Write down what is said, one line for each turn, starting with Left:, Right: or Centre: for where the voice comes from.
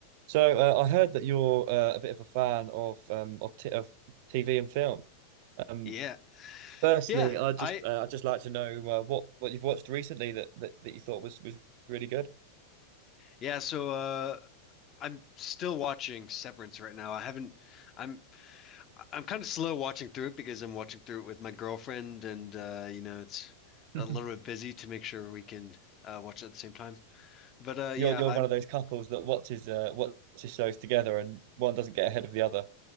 Right: So uh, I heard that you're uh, a bit of a fan of um of, t of TV and film. Um,
Left: Yeah.
Right: firstly,
Left: Yeah.
Right: I just
Left: I
Right: uh, I just like to know uh, what what you've watched recently that, that that you thought was was really good.
Left: yeah, so uh I'm still watching Severance right now. I haven't I'm I'm kind of slow watching through it because I'm watching through it with my girlfriend and uh you know it's
Right: <laughs>
Left: a little bit busy to make sure we can uh watch it at the same time. But uh
Right: So
Left: yeah,
Right: you're you're
Left: I'm
Right: one of those couples that watches uh watches shows together and one doesn't get ahead of the other.